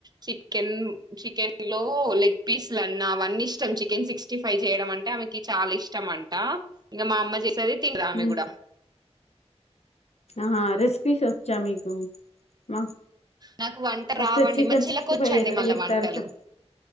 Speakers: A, on the right; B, on the left.
A: చికెన్ చికెన్ లో లెగ్ పీస్లు అన్నా అవన్నీ ఇష్టం చికెన్ సిక్స్టీ ఫైవ్ చేయడం అంటే ఆమెకి చాలా ఇష్టం అంట ఇంకా మా అమ్మ చెస్ సరే తిన్ర ఆమె
B: మ్మ్
A: కూడా
B: ఆహా రెసిపీస్ వచ్చా మీకు మా
A: నాకు వంట
B: ఒకసారి
A: రావండి
B: చికెన్
A: మా చిల్లక
B: సిక్స్టీ
A: వచ్చండి
B: ఫైవ్ ఎలా
A: మళ్ళా
B: చేస్తారు
A: వంటలు
B: చెప్